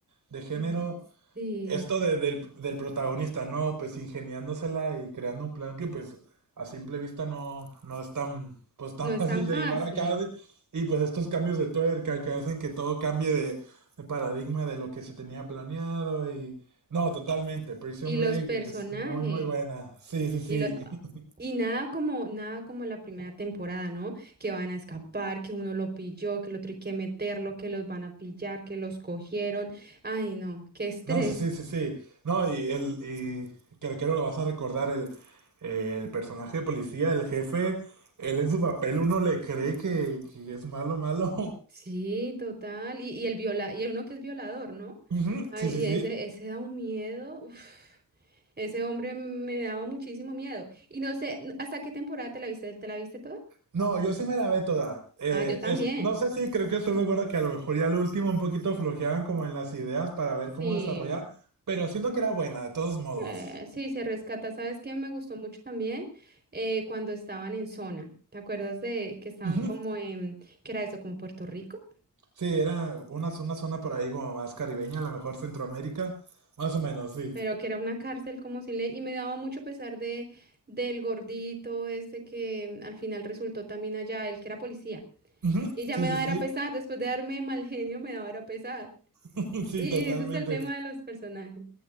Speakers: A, on the right (about 65°); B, on the right (about 30°).
A: de género.
B: Mm, sí,
A: esto de- del, del protagonista, ¿no? Pues ingeniándosela y creando un plan que pues a simple vista no, no es tan, pues, tan
B: no es
A: <laughs> fácil
B: tan fácil.
A: de llevar a cabo. Y pues estos cambios de tuerca que hacen que todo cambie de, de paradigma de lo que se tenía planeado y... No, totalmente. Prison
B: Y los
A: Break
B: personajes.
A: es muy, muy buena. Sí, sí, sí.
B: Y, lo,
A: <laughs>
B: y nada como, nada como la primera temporada, ¿no? Que van a escapar, que uno lo pilló, que el otro hay que meterlo, que los van a pillar, que los cogieron. Ay, no, qué estrés.
A: No, sí, sí, sí, sí. No, y el, y creo que creo lo vas a recordar, el, el personaje de policía, el jefe, él en su papel uno le cree que, que es malo, malo.
B: Sí, total. Y, y el viola, y el uno que es violador, ¿no?
A: <laughs> Ujú,
B: Ay,
A: Sí, sí,
B: y
A: sí.
B: ese, ese da un miedo. uf. Ese hombre me daba muchísimo miedo. Y no sé, ¿hasta qué temporada te la viste? ¿Te la viste toda?
A: No, yo sí me la ve toda. Eh,
B: Ah, yo también.
A: es, no sé si creo que estoy de acuerdo que a lo mejor ya lo último un poquito flojeaban como en las ideas para ver
B: Sí.
A: cómo desarrollar, pero siento que era buena, de todos modos.
B: Eh, sí, se rescata. ¿Sabes qué me gustó mucho también? Eh, cuando estaban en zona. ¿Te acuerdas de que estaban
A: Ujú,
B: como en, que era eso, como Puerto Rico?
A: Sí, era una, una zona por ahí como más caribeña, a lo mejor Centroamérica, más o menos, sí.
B: Pero que era una cárcel como sin ley. Y me daba mucho pesar de, del gordito este que al final resultó también allá, el que era policía.
A: Ujú,
B: Y ya
A: Sí,
B: me
A: sí,
B: daba
A: sí.
B: era pesar, después de darme mal genio, me daba era pesar.
A: <laughs> Sí,
B: Y
A: totalmente.
B: ese es el tema de los personajes.